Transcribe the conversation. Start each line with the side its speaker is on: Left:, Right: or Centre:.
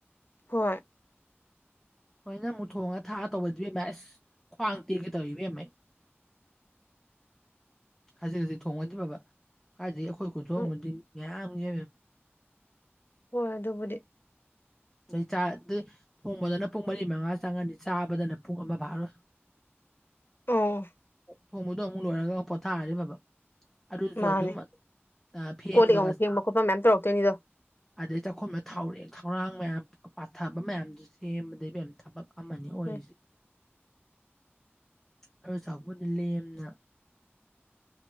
Left: ꯍꯣꯏ
Centre: ꯍꯣꯏꯅ ꯑꯃꯨꯛ ꯊꯣꯡꯉꯒ ꯊꯥꯛꯑ ꯇꯧꯕꯗꯣ ꯑꯁ ꯈ꯭ꯋꯥꯡ ꯇꯦꯛꯒꯩ ꯇꯧꯋꯤ ꯢꯕꯦꯝꯃꯥ ꯈꯖꯤꯛ ꯈꯖꯤꯛ ꯊꯣꯡꯉꯗꯤ ꯐꯕꯥ ꯀꯥꯏꯗꯩ ꯑꯩꯈꯣꯏ ꯈꯨꯟꯊꯣꯡꯅꯗꯤ
Left: ꯎꯝ
Centre: ꯌꯥꯝꯃꯦ
Left: ꯍꯣꯏ ꯑꯗꯨꯕꯨꯗꯤ
Centre: ꯆꯍꯤ ꯆꯥ ꯑꯗꯨ ꯊꯣꯡꯕꯗꯅ ꯄꯨꯡ ꯃꯔꯤ ꯃꯉꯥ ꯆꯪꯉꯅꯤ ꯆꯥꯕꯗꯅ ꯄꯨꯡ ꯑꯃ ꯐꯥꯔꯣꯏ <unintelligible>
Left: ꯑꯥꯝ
Centre: ꯊꯣꯡꯕꯗꯣ ꯑꯃꯨꯛ ꯂꯣꯏꯔꯒ ꯄꯣꯊꯥꯔꯗꯤ ꯐꯕ ꯑꯗꯨꯁꯨ
Left: ꯃꯥꯅꯦ
Centre: ꯑꯗꯨꯝ ꯐꯦꯡꯕꯒ
Left: ꯀꯣꯜ ꯂꯤꯛ ꯑꯃꯨꯛ ꯐꯦꯡꯕ
Centre: ꯆꯥꯝ
Left: ꯈꯣꯠꯄ ꯃꯌꯥꯝ ꯇꯧꯔꯛꯇꯣꯏꯅꯤꯗꯣ
Centre: ꯑꯗꯩ ꯆꯥꯛꯈꯨꯝꯗꯣ ꯊꯥꯎꯔꯦꯛ ꯊꯧꯔꯥꯡ ꯃꯌꯥꯝ ꯄꯥꯊꯕ ꯃꯌꯥꯝꯗꯨ ꯁꯦꯝꯕꯗ ꯃꯌꯥꯝ ꯊꯕꯛ ꯑꯃꯅꯤ ꯑꯣꯏꯔꯤꯁꯦ
Left: ꯎꯝ
Centre: ꯑꯗꯨꯢ ꯁꯥꯔꯨꯛꯄꯨꯗꯤ ꯂꯦꯝꯅ